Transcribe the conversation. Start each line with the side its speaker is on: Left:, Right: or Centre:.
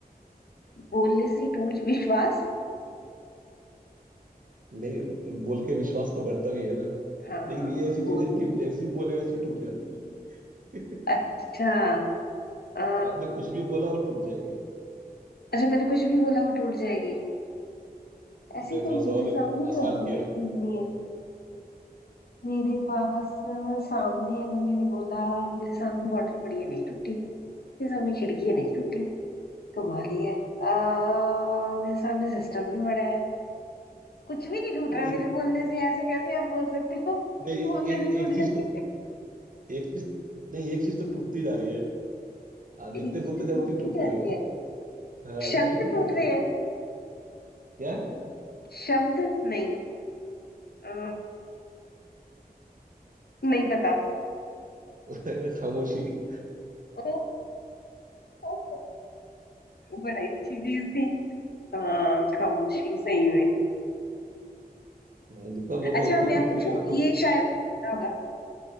Left: बोलने से टूट विश्वास
Right: नहीं बोल के विश्वास तो बढ़ता भी है ना
Left: हाँ
Right: लेकिन ये ऐसी
Left: बोलने
Right: चीज है कि जैसे
Left: से
Right: ही बोले वैसे ही टूट जाती है <laughs>
Left: अच्छा आ,
Right: आपने कुछ भी बोला वो टूट जाएगी वो
Left: अच्छा मैंने कुछ भी बोला वो टूट जाएगी ऐसी
Right: मैं
Left: कौन
Right: थोड़ा
Left: सी
Right: सा और
Left: मेरे सामने
Right: आसान
Left: तो ऐसी
Right: किया
Left: कोई चीज
Right: हूं।
Left: नहीं है मेरे पास अ, सामने अगर मैंने बोला मेरे सामने बॉटल पड़ी है नहीं टूटी मेरे सामने खिड़की है नहीं टूटी कमाल ही है आ, मेरे सामने सिस्टम भी बड़ा है कुछ भी नहीं टूट
Right: <laughs>
Left: रहा
Right: नहीं
Left: है मेरे बोलने से ऐसे कैसे आप बोल सकते हो <laughs>
Right: नहीं,
Left: कि बोलने
Right: एक
Left: से टूट
Right: एक चीज
Left: जाती
Right: तो
Left: है
Right: एक चीज नहीं एक चीज तो टूटती जा रही है आप जितने
Left: एक
Right: बोलते
Left: चीज
Right: जाओ
Left: टूटती
Right: उतनी टूट
Left: जा
Right: रही
Left: रही
Right: है वो
Left: है
Right: हाँ अभी
Left: शब्द
Right: भी टूट
Left: टूट
Right: रही
Left: रहे
Right: है
Left: हैं
Right: क्या
Left: शब्द नहीं अ, नहीं पता
Right: <laughs> खामोशी <laughs>
Left: <laughs> ओ, ओ, बड़ा ही अच्छी चीज थी हाँ खामोशी सही में
Right: हाँ, जितना बोल
Left: अच्छा
Right: रहे हो उतनी
Left: मैं
Right: टूट
Left: पूछूं
Right: रही है वो
Left: ये
Right: तो
Left: शायद आपको पता होगा